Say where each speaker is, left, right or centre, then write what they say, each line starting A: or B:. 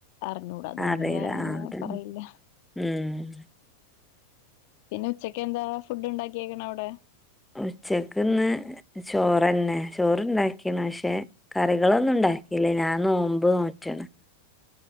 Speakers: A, on the left (about 50°); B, in the centre.
A: അറിഞ്ഞൂട. അതുകൊണ്ട്
B: അറിയില്ല
A: ഞാനങ്ങനെ
B: ആഹ് അതന്നെ
A: പറയില്ല
B: ഉം
A: പിന്നെ ഉച്ചക്ക് എന്താ ഫുഡ്ണ്ടാക്കിയേക്കണ അവിടെ
B: ഉച്ചക്ക്ന്ന് ചോറന്നെ ചോറ്ണ്ടാക്കീണ്, പക്ഷെ കറികളൊന്നുണ്ടാക്കില്ല, ഞാൻ നോമ്പ് നോറ്റ്ണ്